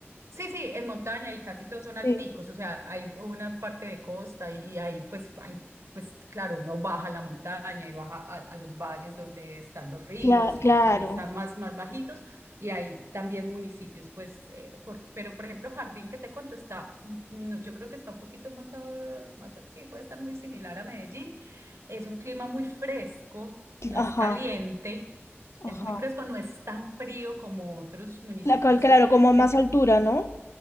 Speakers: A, on the right; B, on the left.
A: Sí, sí, en montaña y casi todos son alticos,
B: Sí,
A: o sea, hay una parte de costa y, y ahí pues, hay, pues claro, uno baja la montaña y baja a, a los valles donde están los ríos
B: cla- claro.
A: y, y están más, más bajitos y hay también municipios, pues, eh, por- pero por ejemplo, Jardín que te cuento está, mm, no, yo creo que está un poquito más, a- más, a- sí, puede estar muy similar a Medellín, es un clima muy fresco, no es
B: Ajá,
A: caliente,
B: ajá.
A: es muy fresco, no es tan frío como otros municipios
B: Cla- cal- claro, como
A: que
B: a más
A: está-
B: altura, ¿no?